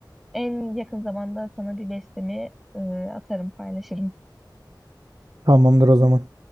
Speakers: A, in the centre; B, on the right.
A: en yakın zamanda sana bir bestemi e, atarım, paylaşırım.
B: Tamamdır o zaman.